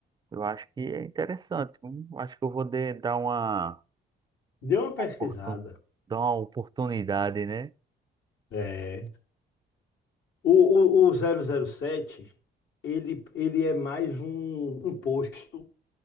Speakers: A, on the right (about 20°); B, on the left (about 75°).
A: Eu acho que é interessante, hum, eu acho que eu vou de- dar uma,
B: dê uma pesquisada.
A: oportun- dar uma oportunidade, né?
B: É. O, o, o zero zero sete ele, ele é mais um, um posto